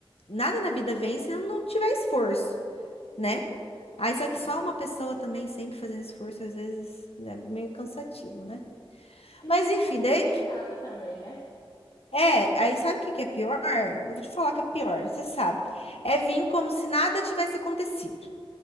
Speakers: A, on the left; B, on the left.
A: Nada na vida vem se não tiver esforço, né? Aí só que
B: Sim.
A: só uma pessoa também sempre fazendo esforço, às vezes é meio cansativo, né?
B: E
A: Mas
B: a gente
A: enfim,
B: fica um pouco
A: daí.
B: irritada também, né?
A: É, aí sabe o que que é pior? Eu vou te falar que é pior, você sabe. É vir como se nada tivesse acontecido.